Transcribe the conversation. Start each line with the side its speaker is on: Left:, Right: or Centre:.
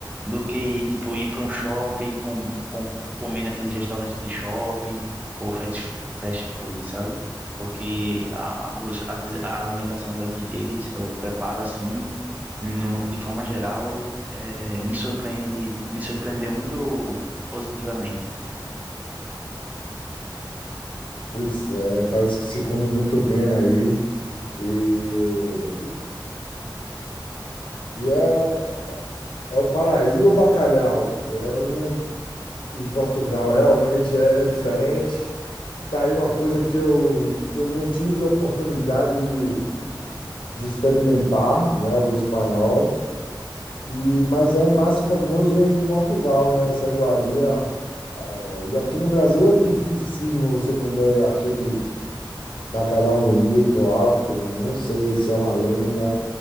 Right: do que tipo ir para um shopping, com, com, comer naquele restaurante de shopping ou fast, fu- fast food, sabe? Porque a, os, a, a alimentação daqui deles, o preparo assim, no, de forma geral, é, me surpreende, me surpreendeu muito positivamente.
Left: Pois é, parece que se come muito bem aí. E, e é, o- é o paraíso. E o bacalhau? É, não, em Portugal realmente é, é diferente. Tá aí uma coisa que eu, que eu não tive oportunidade de, de experimentar, né, o espanhol. E, mas é mais famoso em Portugal, né, essa iguaria. É, e aqui no Brasil é dificílimo você comer aquele bacalhau bonito, alto. Não sei se é uma lenda.